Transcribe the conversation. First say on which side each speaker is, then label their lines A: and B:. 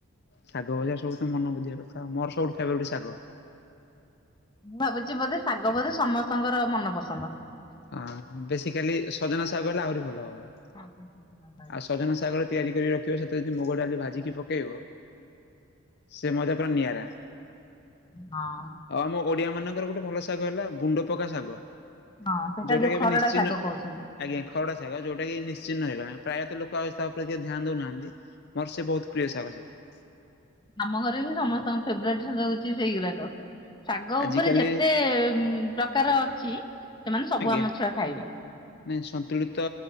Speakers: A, on the left; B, on the left.
A: ଶାଗ ଭଜା ସବୁ ତ ମନ ବୁଝିବାକଥା ମୋର ସବୁ ଫେବରେଟ୍ ଶାଗ।
B: ମୁଁ ଭାବୁଛି ବୋଧେ ଶାଗ ବୋଧେ ସମସ୍ତଙ୍କର ମନପସନ୍ଦ।
A: ହ ବେସିକାଲି ସଜନା ସାଗ ହେଲେ ଆହୁରି ଭଲ ହବ।
B: <unintelligible>
A: ଆଉ ସଜନା ଶାଗର ତିଆରି କରି ରଖିବ ସେଥିରେ ଯଦି ମୁଗ ଡାଲି ଭାଜିକି ପକେଇବ ସେ ମଜା ପୁରା ନିଆରା।
B: ହଁ।
A: ଆଉ ଆମ ଓଡିଆ ମାନଙ୍କର ଗୋଟେ ଭଲ ଶାଗ ହେଲା ଗୁଣ୍ଡପକା ଶାଗ।
B: ହଁ ସେଇଟା
A: ଯୋଉଟା
B: ଯୋଉ
A: କି ଏବେ
B: ଖରଡା
A: ନିଶ୍ଚିହ୍ନ
B: ଶାଗ କହୁଛନ୍ତି।
A: ଆଜ୍ଞା ଖରଡା ଶାଗ ଯୋଉଟା କି ନିଶ୍ଚି୍ନ ହେଇଗଲାଣି। ପ୍ରାୟତଃ ଲୋକ ଆଉ ତା ଉପରେ କିଏ ଧ୍ୟାନ ଦେଉନାହାନ୍ତି ମୋର ସେ ବହୁତ ପ୍ରିୟ ଶାଗ ସେଇଟା।
B: ଆମ ଘରେ ବି ସମସ୍ତଙ୍କ ଫେବରେଟ ରହୁଛି ସେଇଗୁରାକ। ଶାଗ
A: ଆଜିକାଲି
B: ଉପରେ ଯେତେ ପ୍ରକାର ଅଛି ସେମାନେ ସବୁ
A: ଆଜ୍ଞା।
B: ଆମ ଛୁଆ ଖାଇବେ।
A: ନାଇଁ ସନ୍ତୁଳିତ